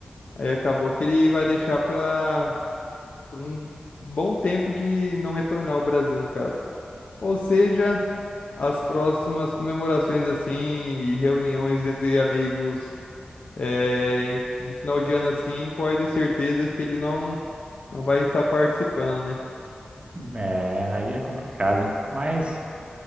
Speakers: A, on the left (about 60°); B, on the right (about 40°).
A: Aí acabou que ele vai deixar para um bom tempo de não retornar ao Brasil, no caso. Ou seja, as próximas comemorações assim e reuniões entre amigos eh, em- de final de ano assim, pode ter certeza que ele não não vai estar participando, né?
B: É, aí é complicado. Mas